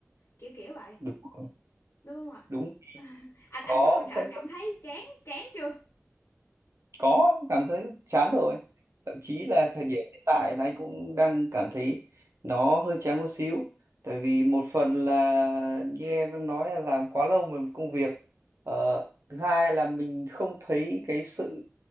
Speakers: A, on the left; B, on the right.
A: kiểu kiểu vậy,
B: đúng rồi,
A: đúng không ạ?
B: đúng
A: <laughs> Anh
B: có
A: anh có bao giờ anh
B: sẽ
A: cảm thấy chán chán chưa?
B: có cảm thấy chán rồi thậm chí là thời điểm hiện tại là anh cũng đang cảm thấy nó hơi chán một xíu tại vì một phần là như em đã nói là làm quá lâu về một công việc ờ, thứ hai là mình không thấy cái sự